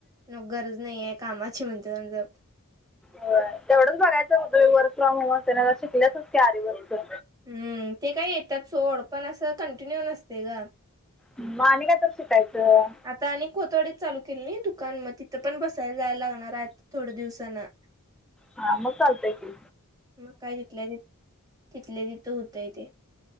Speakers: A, on the right; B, in the centre.
A: मग गरज नाही आहे कामाची म्हणते समज.
B: हो तेवढंच बघायचं होत वर्क फ्रॉम होम शिकल्याच की आर वर्.
A: हम्म ते काय येतात सोड पण असं कंटिन्यू नसते ग.
B: मग आणि काय तर शिकायचं.
A: आता आणि कोथवडीत चालू केली नाही दुकान मग तिथं पण बसायला जायला लागणार आहे. थोड दिवसांना.
B: हां मग चालतंय की
A: मग काय तिथल्या त तिथल्या तिथं होतंय ते.